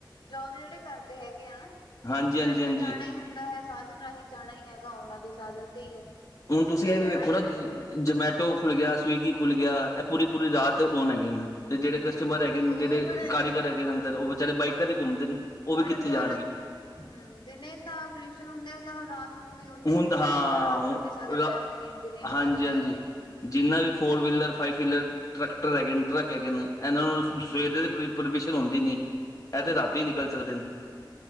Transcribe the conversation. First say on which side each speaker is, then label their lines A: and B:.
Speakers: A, on the left (about 85°); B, on the left (about 40°).
A: ਜੋਬ ਜਿਹੜੇ ਕਰਦੇ ਹੈਗੇ ਆ ਨਾ।
B: ਹਾਂਜੀ
A: ਉਹਨਾਂ
B: ਹਾਂਜੀ
A: ਨੂੰ
B: ਹਾਂਜੀ
A: ਤਾਂ ਜਾਣਾ ਹੀ ਹੁੰਦਾ ਹੈ। ਸਾਧਨ ਰਾਹੀਂ ਜਾਣਾ ਹੀ ਹੈਗਾ। ਆਉਣਾ ਵੀ ਸਾਧਨ ਤੇ ਹੀ ਹੈ।
B: ਹੁਣ ਤੁਸੀਂ ਇਹ
A: ਸ਼ਹਿਰਾਂ
B: ਵੀ ਵੇਖੋ
A: ਦੇ
B: ਨਾ।
A: ਵਿੱਚ ਹਨਾ
B: ਜਮੈਟੋ ਹੋ ਖੁੱਲ ਗਿਆ। ਸਵੀਗੀ ਖੁੱਲ ਗਿਆ। ਇਹ ਪੂਰੀ- ਪੂਰੀ ਰਾਤ ਓਨ ਹੈਗੇ ਹਨ। ਤੇ ਜਿੜੇ ਕਸਟਮਰ
A: ਹਾਂ
B: ਹੈਗੇ।
A: ਤੇ ਉਹ
B: ਜਿਹੜੇ
A: ਫਿਰ
B: ਕਾਰੀਗਰ ਹੈਗੇ
A: ਹਾਂ
B: ਨੇ ਅੰਦਰ ਉਹ ਵਿਚਾਰੇ ਬਾਈਕਾਂ ਤੇ ਘੁੰਮਦੇ ਨੇ। ਉਹ
A: ਹੁਣ
B: ਵੀ ਕਿੱਥੇ
A: ਸਾਰਾ
B: ਜਾਵੇ।
A: ਹਮ। ਦਿਨੇ ਤਾਂ ਪੋਲਿਊਸ਼ਨ ਹੁੰਦਾ- ਹੁੰਦਾ ਹੁਣ ਰਾਤ ਰਾਤ ਨੂੰ ਵੀ ਓਨਾ
B: ਹੁਣ
A: ਹੀ ਹੁੰਦਾ
B: ਹਾਂ
A: ਹੈਗਾ। ਰਾਤ ਨੂੰ ਵੀ ਸਾਧਨ
B: ਰਾ
A: ਚੱਲਦੇ ਨੇ, ਦਿਨੇ ਵੀ
B: ਹਾਂਜੀ
A: ਸਾਧਨ ਚੱਲਦੇ
B: ਹਾਂਜੀ
A: ਨੇ।
B: ਜਿੰਨਾ ਵੀ four wheeler, five wheeler tractor ਹੈਗੇ ਨੇ, ਟਰੱਕ ਹੈਗੇ ਨੇ। ਇਹਨਾਂ ਨੂੰ
A: ਹਮ
B: ਸਵੇਰੇ
A: ਹਮ
B: ਦੇ ਪਰਮਿਸ਼ਨ ਆਉੰਦੀ ਨਹੀ।
A: ਹਾਂਜੀ
B: ਇਹ ਤਾਂ ਰਾਤੀ
A: ਹਾਂਜੀ
B: ਨਿਕਲ
A: ਹਾਂਜੀ
B: ਸਕਦੇ।